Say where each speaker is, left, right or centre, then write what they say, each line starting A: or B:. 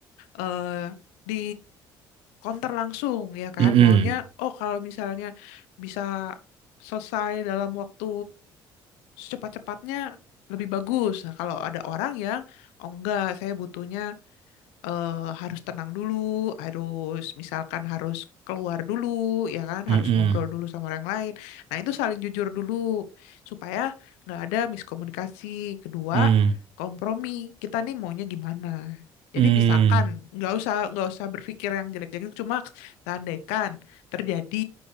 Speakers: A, on the left; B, on the right.
A: eh di counter langsung ya kan
B: Mm-mm.
A: maunya oh kalau misalnya bisa selesai dalam waktu secepat-cepatnya lebih bagus. Nah, kalau ada orang yang oh enggak saya butuhnya eh, harus tenang dulu, harus misalkan harus keluar dulu, ya kan,
B: Mm-mm.
A: harus ngobrol dulu sama orang lain. Nah, itu saling jujur dulu supaya nggak ada miskomunikasi. Kedua,
B: Mm.
A: kompromi. Kita nih maunya gimana? Jadi
B: Mm.
A: misalkan nggak usah nggak usah berpikir yang jelek-jelek, cuma seandaikan terjadi